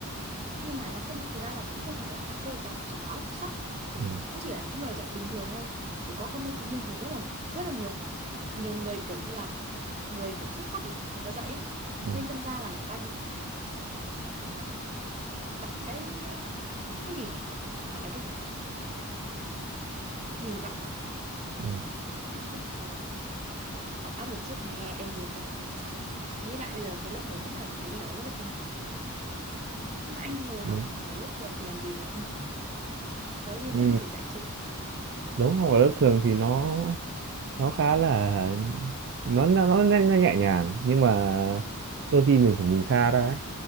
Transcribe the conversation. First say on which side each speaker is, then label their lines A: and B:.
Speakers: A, on the right; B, on the right.
A: nhưng mà nó không thực ra là cũng không phải là các cô giáo xuất quá là xuất sắc
B: ừ
A: cũng chỉ là những người dạy bình thường thôi chỉ có các môn tự nhiên thì rất là rất là nhiều nhiều người kiểu như là người kiểu xuất sắc ấy người ta dạy ấy.
B: ừ
A: nên đâm ra là người ta bị đặt cái ờ, cái gì nhỉ gọi là cái gì kỳ vọng à
B: ừ
A: À không học áp lực chết mẹ lên được ấy nghĩ lại bây giờ thấy lớp 10 vẫn là cái gì đó rất là kinh khủng nhưng mà anh thì hồi
B: đúng
A: học ở lớp thường thì làm gì mà kinh khủng giáo viên
B: ừ.
A: chẳng chỉ dạy chơi chơi thôi
B: đúng học ở lớp thường thì nó nó khá là nó nó, nó, nhẹ- nó nhẹ nhàng nhưng mà đôi khi mình phải nhìn xa ra ấy.